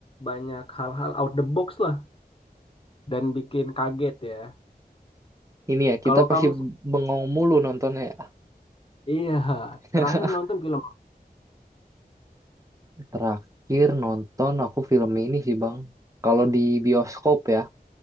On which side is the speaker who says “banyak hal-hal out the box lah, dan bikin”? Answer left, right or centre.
Left